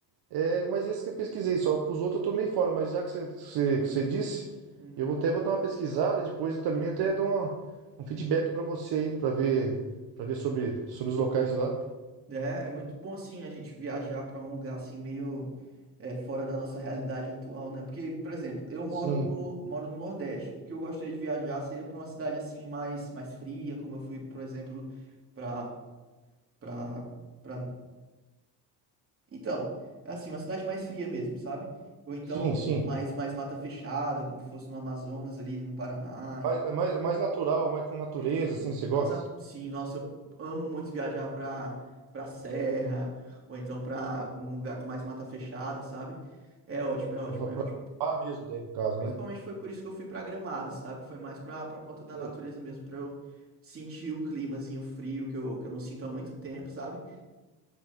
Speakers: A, on the right; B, on the right.
A: É, mas isso que eu pesquisei só. Para os outros eu tomei fora, mas já que você, você, que você disse,
B: uhum.
A: eu vou até vou dar uma pesquisada depois e também até dar uma- um feedback para você aí, para ver, para ver sobre, sobre os locais de lá.
B: É, é muito bom assim a gente viajar para um lugar assim meio é, fora da nossa realidade atual, né? Porque, por exemplo, eu moro
A: Sim,
B: no moro no Nordeste. O que eu gostaria de viajar seria para uma cidade assim mais mais fria, como eu fui, por exemplo, para para para Então, assim, uma cidade mais fria mesmo, sabe? Ou então
A: sim, sim.
B: mais mais mata fechada, como se fosse no Amazonas ali no Paraná,
A: Mais, mais, mais natural, mais com natureza,
B: Uhum.
A: assim, você
B: Mas
A: gosta?
B: a- sim, nossa, eu amo muito viajar pra, pra serra, ou então pra um lugar com mais mata fechada, sabe? É ótimo, é ótimo,
A: Para acampar
B: é ótimo.
A: mesmo daí no caso,
B: Principalmente
A: né?
B: foi por isso que eu fui pra Gramado, sabe? Foi mais pra, pra conta da
A: Sim,
B: natureza mesmo, pra eu sentir o climazinho frio que eu, que eu não sinto há muito tempo, sabe?